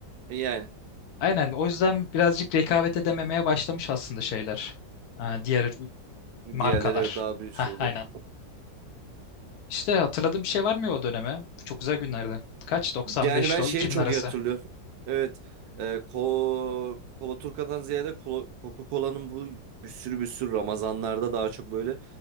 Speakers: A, on the right; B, on the left.
A: Yani
B: Aynen o yüzden birazcık rekabet edememeye başlamış aslında şeyler. Ee, diğer markalar.
A: diğerleri evet daha bir
B: Hah
A: şeyler.
B: aynen. İşte hatırladığım bir şey var mı o döneme? Çok güzel günlerdi. Kaç? 95
A: Yani ben
B: do-
A: şeyi
B: 2000
A: çok
B: arası.
A: iyi hatırlıyorum. Evet. E, Ko Kola Turka'dan ziyade Kola- Coca-Cola'nın bu bir sürü bir sürü Ramazanlarda daha çok böyle